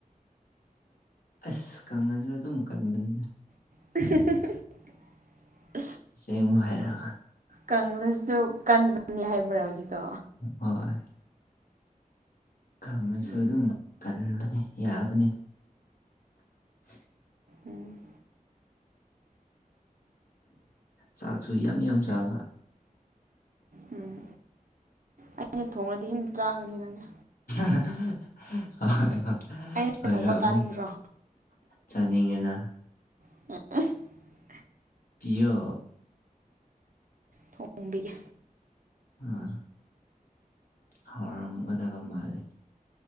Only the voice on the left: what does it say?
ꯑꯁ ꯀꯉꯖ ꯑꯗꯨꯝꯀꯥꯟꯕꯅꯦꯗ
ꯁꯦꯃ ꯍꯥꯏꯔ
ꯍꯣꯏ ꯈꯪꯉꯁꯨ
ꯑꯗꯨꯝ ꯀꯟꯕꯅꯦ ꯌꯥꯕ <unintelligible>
ꯆꯥꯛꯁꯨ ꯌꯥꯝ ꯌꯥꯝ ꯁꯥꯕ
<unintelligible> ꯍꯣꯏ ꯍꯣꯏ ꯍꯣꯏ
ꯑꯣꯏꯣꯏꯔꯝꯃꯅꯤ
ꯆꯥꯅꯤꯡꯉꯦꯅ
ꯄꯤꯌꯣ
<unintelligible> ꯍꯧꯎꯔꯝꯒꯗꯕ ꯃꯥꯜꯂꯦ